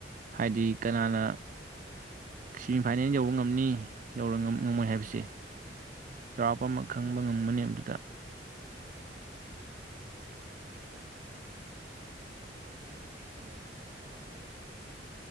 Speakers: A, on the right (about 45°); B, on the right (about 20°).
A: ꯍꯥꯏꯗꯤ
B: ꯎꯝ
A: ꯀꯅꯥꯅ ꯁꯦꯃꯤꯐꯥꯏꯅꯦꯜ ꯌꯧꯕ ꯉꯝꯅꯤ ꯌ ꯉꯝꯃꯣꯏ ꯍꯥꯏꯕꯁꯦ ꯆꯥꯎꯔꯥꯛꯄ ꯑꯃ ꯈꯪꯕ ꯉꯝꯃꯅꯤ ꯑꯗꯨꯗ
B: ꯑ ꯍꯧꯖꯤꯛ ꯕ꯭ꯔꯥꯖꯤꯜꯒꯤꯕꯨ ꯀꯅꯥ ꯀꯅꯥ ꯌꯥꯝ ꯍꯩꯕ ꯀꯅꯥ ꯀ